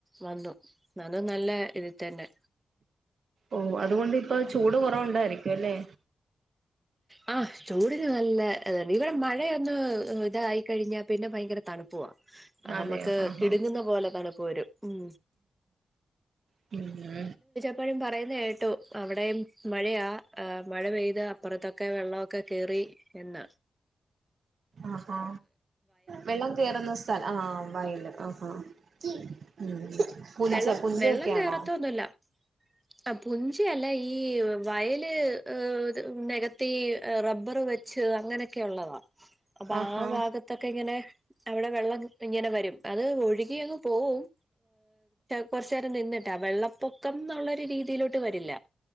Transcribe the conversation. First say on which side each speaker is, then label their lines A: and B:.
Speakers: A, on the right; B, on the right.
A: വന്നു അതും നല്ല ഇതി തന്നെ
B: ഓഹ് അതുകൊണ്ട് ഇപ്പ ചൂട് കുറവുണ്ടായിരിക്കുംല്ലെ
A: ആഹ് ചൂടി നല്ല ഇവിടെ മഴയൊന്ന് ഇതായിക്കഴിഞ്ഞാൽ പിന്നെ ഭയങ്കര തണുപ്പ പോവാ നമ്മക്ക്
B: അതെയോ ആഹാ
A: കിടുങ്ങുന്ന പോലെ തണുപ്പു വരും ഉം
B: പിന്നെ
A: എപ്പോഴും പറയുന്ന കേട്ടോ അവിടെയും മഴയാ മഴ പെയ്ത അപ്പുറത്തൊക്കെ ക്കെ കേറി എന്ന
B: ആഹാ വെള്ളം തിർന്നു ആഹ് വൈല് ആഹ് ആഹ് ഉം പുഞ്ച
A: വെള്ള
B: പുഞ്ചയൊക്കെയാണോ
A: വെള്ളം കേറത്ത ഒന്നുല്ല ആഹ് പുഞ്ചയല്ല ഈ വയല് ഏഹ് നികത്തി റബ്ബർ വെച്ച് അങ്ങനെയൊക്കെ ഉള്ളതാണ് അപ്പൊ
B: ആഹാ
A: ആ ഭാഗത്ത് തൊക്കെ ഇങ്ങനെ അവിടെ വെള്ളം ഇങ്ങനെ വരും അത് ഒഴുകിയങ് പോവും കുറച്ചു നേരം നിന്നിട്ടാ വെള്ളപ്പൊക്കം എന്നുള്ളരു രീതിയിലോട്ട് വരില്ല